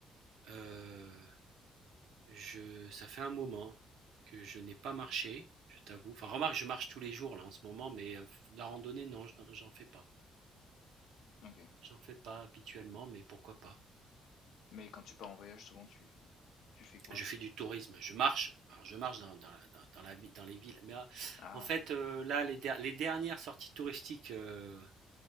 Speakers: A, on the right; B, on the left.
A: Euh, je, ça fait un moment que je n'ai pas marché, je t'avoue. Enfin, remarque, je marche tous les jours là en ce moment, mais euh, la randonnée, non, je n'en- j'en fais pas.
B: Ok.
A: J'en fais pas habituellement, mais pourquoi pas?
B: Mais quand tu pars en voyage, souvent tu tu fais quoi?
A: je fais du tourisme, je marche, alors je marche dans, dans, dans, dans la, ville- dans les villes, mais euh,
B: Ah.
A: en fait, euh, là, les, der- les dernières sorties touristiques euh,